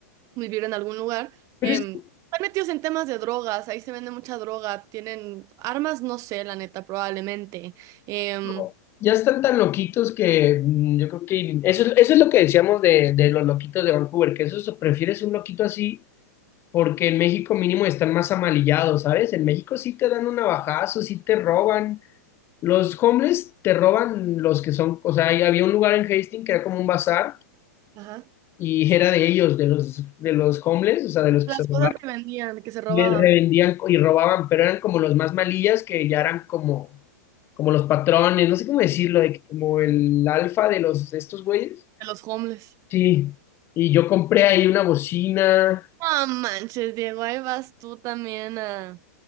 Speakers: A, on the right; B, on the left.
A: vivir en algún lugar. em,
B: Pero es que
A: están metidos en temas de drogas, ahí se vende mucha droga, tienen armas, no sé, la neta, probablemente. em,
B: como- ya están tan loquitos que mm, yo creo que. Eso, es- eso es lo que decíamos de, de los loquitos de Vancouver, que eso es- prefieres un loquito así, porque en México mínimo están más amalillados, ¿sabes? En México sí te dan un navajazo, sí te roban. Los homeless te roban los que son, o sea, ahí había un lugar en Hastings que era como un bazar
A: Ajá.
B: y era de ellos, de los, de los homeless, o sea, de los
A: las
B: que se robaban,
A: cosas que vendían, que se robaban
B: les revendían y robaban, pero eran como los más malillas que ya eran como, como los patrones, no sé cómo decirlo, de que como el alfa de los, de estos güeyes.
A: de los homeless.
B: Sí, y yo compré ahí una bocina,
A: No manches, Diego, ahí vas tú también a